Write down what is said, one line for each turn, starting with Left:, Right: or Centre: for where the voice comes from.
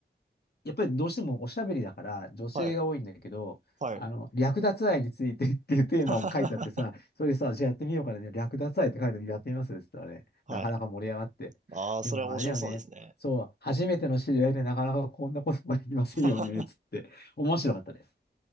Left: やっぱりどうしてもおしゃべりだから女性が多いんだけど、
Right: はい、はい。
Left: あの、略奪愛についてっていうテーマも書いてあってさ、
Right: <laughs>
Left: それでさ、じゃあやってみようかな、ね、略奪愛って書いてあるやってみますって言ったらね、
Right: はい。
Left: なかなか盛り上がって。
Right: あー、
Left: でもあれだよね、
Right: それは面白そうですね。
Left: そう、初めての知り合いでなかなかこんなこともできませんよね、
Right: <laughs>
Left: つって、面白かったです。